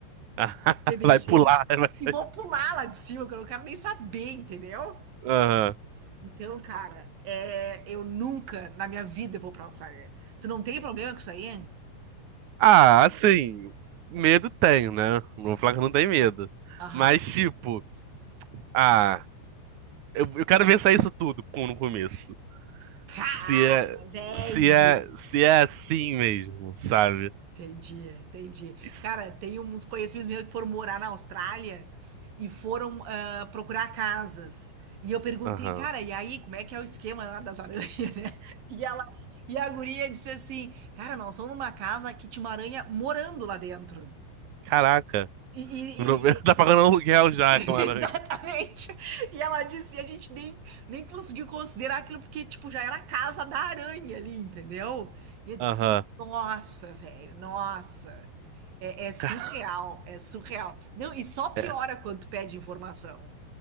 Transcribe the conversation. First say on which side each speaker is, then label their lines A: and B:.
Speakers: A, on the right; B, on the right.
A: <laughs>
B: de emergência
A: Vai pular, vai sair.
B: e vou pular lá de cima, que eu não quero nem saber, entendeu?
A: Aham.
B: Então, cara, é, eu nunca na minha vida vou pra Austrália. Tu não tem problema com isso aí?
A: Ah, assim, medo tem, né? Não vou falar que não tem medo.
B: Aham.
A: Mas, tipo, ah, eu, eu quero ver sair isso tudo com- no começo.
B: Cara,
A: Se é,
B: velho.
A: se é, se é assim mesmo, sabe?
B: Entendi, entendi.
A: Isso-
B: Cara, tem uns conhecidos meus que foram morar na Austrália e foram ah, procurar casas. E eu perguntei,
A: Aham.
B: cara, e aí, como é que é o esquema lá das aranhas, <laughs> né? E ela, e a guria disse assim, cara, nós somos numa casa que tinha uma aranha morando lá dentro.
A: Caraca.
B: E, e-
A: <laughs>
B: e-
A: Tá pagando aluguel já,
B: <laughs>
A: Homem-Aranha.
B: exatamente. E ela disse, e a gente nem, nem conseguiu considerar aquilo porque, tipo, já era a casa da aranha ali, entendeu? E eu disse,
A: Aham.
B: nossa, velho, nossa. É, é surreal,
A: Ca-
B: é surreal. Não, e só piora
A: É,
B: quando tu pede informação.